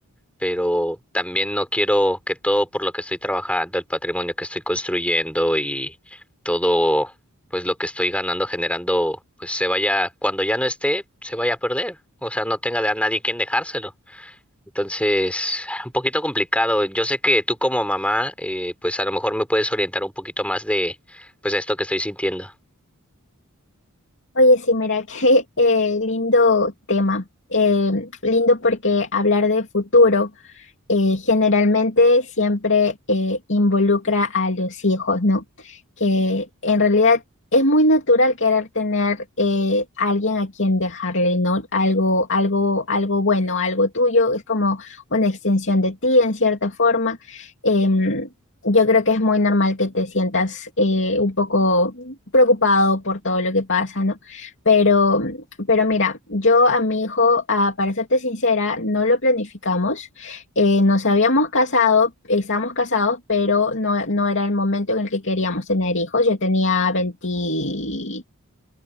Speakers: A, in the centre; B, on the left (about 55°).
A: pero también no quiero que todo por lo que estoy trabajando, el patrimonio que estoy construyendo y todo, pues lo que estoy ganando, generando, pues se vaya, cuando ya no esté, se vaya a perder. O sea, no tenga de a nadie quien dejárselo. Entonces, un poquito complicado. Yo sé que tú como mamá, eh, pues a lo mejor me puedes orientar un poquito más de, pues esto que estoy sintiendo.
B: Oye, sí, mira, <laughs> qué eh, lindo tema. Em, lindo porque hablar de futuro. eh, generalmente siempre eh, involucra a los hijos, ¿no? Que en realidad es muy natural querer tener eh, alguien a quien dejarle, ¿no? Algo, algo, algo bueno, algo tuyo, es como una extensión de ti en cierta forma. Em, yo creo que es muy normal que te sientas eh, un poco preocupado por todo lo que pasa, ¿no? Pero pero mira, yo a mi hijo, ah, para serte sincera, no lo planificamos eh, nos habíamos casado, estábamos casados, pero no, no era el momento en el que queríamos tener hijos. Yo tenía 24